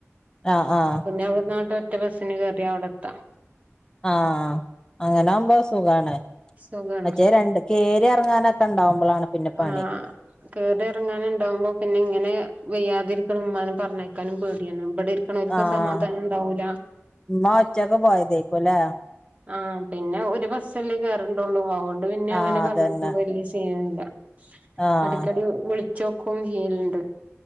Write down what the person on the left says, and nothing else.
ആഹ് ആഹ്
ആഹ് അങ്ങനാവുമ്പോ സുഖാണ്
മറ്റേ രണ്ട് കേറി എർങ്ങാനൊക്കെ ഇണ്ടാവുമ്പളാണ് പിന്നെ പണി
ആഹ്
ഉമ്മ ഒറ്റക്ക് പോയതേക്കുവല്ലേ
ആഹ്
അതന്നെ
ആഹ്